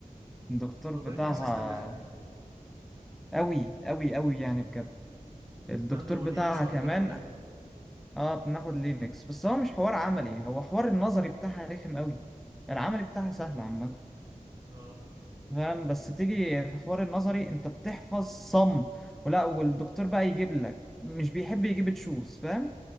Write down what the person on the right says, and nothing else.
الاوبريتنج
سيستم رخمه
تاخدوا
لينكس ولا
تاخدوا ايه
اه